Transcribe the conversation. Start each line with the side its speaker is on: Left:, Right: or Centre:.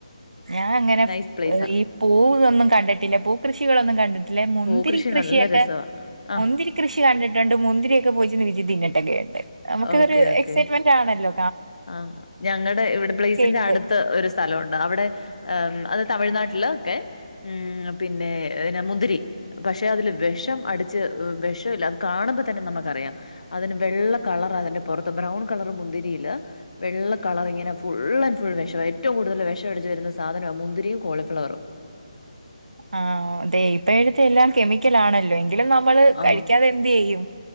Right: ഞാൻ അങ്ങനെ
Left: നൈസ് പ്ലേസാ.
Right: ഈ പൂവൊന്നും കണ്ടിട്ടില്ല പൂ കൃഷികളൊന്നും കണ്ടിട്ടി ല്ലെ മുന്തിരി
Left: പൂക്കൃഷി
Right: കൃഷിയൊക്കെ
Left: നല്ല രസവാ. ആഹ്
Right: മുന്തിരി കൃഷി കണ്ടിട്ടുണ്ട് മുന്തിയൊക്കെ പോയിച്ചിന്ന് വിജിതിന്നിട്ടൊക്കെ ഉണ്ട് നമുക്കൊരു
Left: ഓക്കെ ഓക്കെ.
Right: എക്സൈറ്റ്മെന്റ് ന്റാണല്ലോ
Left: ആഹ് ഞങ്ങടെ ഇവിടെ പ്ലേസിന്റെ
Right: എടുത്ത്
Left: അട് ത്ത് ഒരു സ്ഥലവുണ്ട് അവിടെ അത് തമിഴ്നാട്ടില് ഒക്കെ ഉം പിന്നെ ന്നെ മുന്തിരി പക്ഷെ അതില് വെഷം അടിച്ച് വെഷവില്ല അത് കാണുമ്പോ തന്നെ നമുക്കറിയാം അതിന് വെള്ള കളറാ അതിന്റെ പൊറത്ത് ബ്രൗൺ കളർ മുന്തിരിയില് വെള്ള കളർ ഇങ്ങനെ ഫുൾ ആൻഡ് ഫുൾ വേഷവാ ഏറ്റവും കൂടുതൽ വെഷം അടിച്ച് വരുന്ന സാധനാ മുന്തിരിയും കോളിഫ്ലവളറും
Right: ആഹ് ദേ ഇപ്പഴത്തെ എല്ലാം കെമിക്കൽ ആണല്ലെ എങ്കിലും നമ്മള് കഴിക്കാതെ
Left: ആഹ്
Right: എന്തെയ്യും